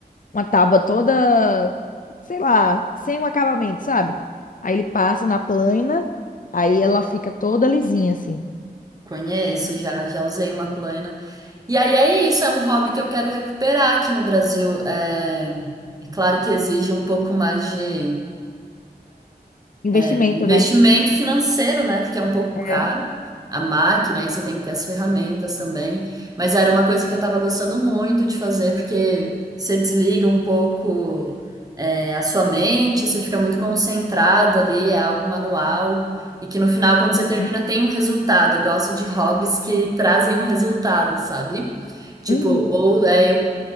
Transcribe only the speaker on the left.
uma tábua toda, sei lá, sem o acabamento, sabe? Aí ele passa na plana, aí ela fica toda lisinha, assim.
Investimento,
né?
É.
Uhum.
Uhum.